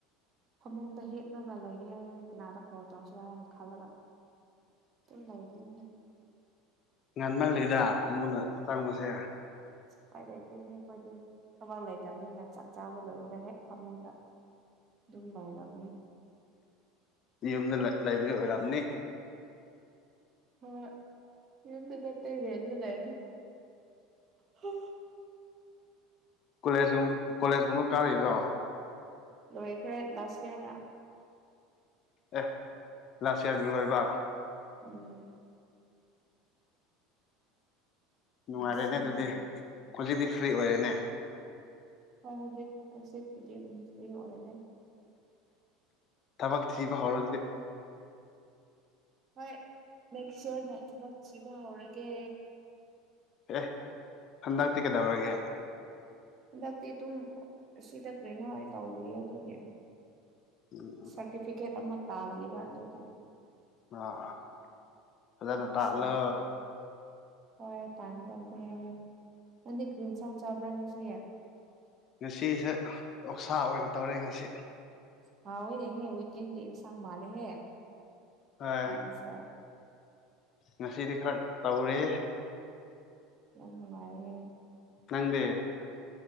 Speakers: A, on the right (about 35°); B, on the left (about 40°).
A: ꯐꯃꯨꯡꯗ ꯍꯤꯞꯂꯒ ꯂꯩꯌꯦ ꯀꯅꯥꯗ ꯀꯣꯜ ꯇꯧꯁꯤꯔꯥꯅ ꯈꯜꯂꯒ ꯇꯨꯝ ꯂꯩꯅꯤ
B: ꯉꯟꯃꯜꯂꯤꯗ ꯐꯃꯨꯡꯗ ꯆꯪꯕꯁꯦ
A: ꯎꯄꯥꯏ ꯂꯩꯇꯦ ꯍꯦ ꯑꯩꯈꯣꯏꯗꯦ ꯊꯕꯛ ꯂꯩꯇꯕꯅꯤꯅ ꯆꯥꯛ ꯆꯥꯕ ꯂꯣꯏꯕꯒ ꯍꯦꯛ ꯐꯃꯨꯡꯗ ꯑꯗꯨꯝ ꯕꯩꯔꯝꯅꯤ
B: ꯌꯨꯝꯗ ꯂꯩꯕꯒꯤ ꯑꯣꯏꯔꯝꯅꯤ
A: ꯍꯣꯏ ꯌꯨꯝꯗ ꯅꯠꯇꯦ ꯔꯦꯟꯠ ꯇ ꯂꯩꯅꯤ ꯍꯥ
B: ꯀꯣꯂꯦꯖꯨꯝ ꯀꯣꯂꯦꯖꯀꯨꯝꯕ ꯀꯥꯔꯤꯔꯣ
A: ꯂꯣꯏꯈ꯭ꯔꯦ ꯂꯥꯁ ꯏꯌꯥꯔꯅ
B: ꯑꯦ ꯂꯥꯁ ꯏꯌꯥꯔꯗ ꯂꯣꯏꯕ
A: ꯎꯝ
B: ꯅꯨꯡꯉꯥꯏꯔꯦꯅꯦ
A: ꯂꯥꯁ ꯏꯌꯥꯔ
B: ꯑꯗꯨꯗꯤ ꯍꯧꯖꯤꯛꯇꯤ ꯐ꯭ꯔꯤ ꯑꯣꯏꯔꯦꯅꯦ
A: ꯍꯣꯏ ꯍꯧꯖꯤꯛ ꯈꯖꯤꯠꯄꯨꯗꯤ ꯐ꯭ꯔꯤ ꯑꯣꯏꯔꯦ
B: ꯊꯕꯛ ꯊꯤꯕ ꯍꯧꯔꯗꯤ
A: ꯍꯣꯏ ꯅꯦꯛꯁ ꯏꯔꯅ ꯊꯕꯛ ꯊꯤꯕ ꯍꯧꯔꯒꯦ
B: ꯑꯦ ꯍꯟꯗꯛꯇꯤ ꯀꯩꯗꯧꯔꯒꯦ
A: ꯍꯟꯗꯛꯇꯤ ꯑꯗꯨꯝ ꯁꯤꯗ ꯀꯩꯅꯣ ꯍꯥꯏ ꯇꯧꯗꯣꯏꯌꯦ ꯑꯗꯨꯗꯤ
B: ꯎꯝ
A: ꯁꯥꯔꯇꯤꯐꯤꯀꯦꯠ ꯑꯃ ꯇꯥꯜꯂꯤꯕ ꯑꯗꯨꯗꯨꯅꯤ
B: ꯑ ꯐꯖꯅ
A: ꯅꯦꯛꯁ
B: ꯇꯥꯂ
A: ꯏꯌꯥꯔ ꯍꯣꯏ ꯇꯥꯟꯒꯗꯕꯅꯦ ꯅꯪꯗꯤ ꯀ꯭ꯔꯤꯟ ꯁ ꯆꯥꯕ꯭ꯔꯥ ꯉꯪꯁꯤ
B: ꯉꯁꯤꯁꯦ ꯑꯣꯛꯁꯥ ꯑꯣꯏꯅ ꯇꯧꯔꯦ ꯉꯁꯤ
A: ꯍꯥꯎꯑꯣꯏꯅꯦꯍꯦ ꯋꯤꯀꯦꯟꯒꯤ ꯏꯟꯁꯥꯡ ꯃꯥꯜꯂꯦꯍꯦ
B: ꯑꯥ
A: ꯎꯁꯦ
B: ꯉꯁꯤꯗꯤ ꯈꯔ ꯇꯧꯔꯦ
A: ꯌꯥꯝꯅꯨꯡꯉꯥꯏ
B: ꯅꯪꯗꯦ